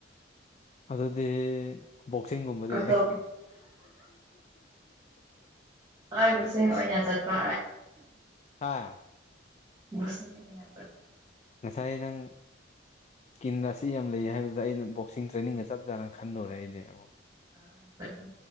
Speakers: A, on the left (about 35°); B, on the right (about 20°).
A: ꯑꯗꯨꯗꯤ ꯕꯣꯛꯁꯤꯡꯒꯨꯝꯕꯗꯤ
B: ꯑꯇꯣꯞ ꯍꯣꯏꯕꯨꯁ ꯑꯣꯏꯅ ꯑꯣꯏꯅ ꯆꯠꯄ
A: ꯍꯥꯥ
B: ꯁꯅꯤ ꯆ
A: ꯉꯁꯥꯏ ꯅꯪ ꯀꯟ ꯑꯁꯤ ꯌꯥꯝ ꯂꯩꯌꯦ ꯍꯥꯏꯕꯗꯨꯗ ꯑꯩꯅ ꯕꯣꯛꯁꯤꯡ ꯇ꯭ꯔꯦꯅꯤꯡꯒ ꯆꯞ ꯆꯥꯅ ꯈꯜꯂꯨꯔꯦ ꯑꯩꯗꯤ ꯑꯃꯨꯛ
B: ꯑ ꯆ ꯑꯗꯨ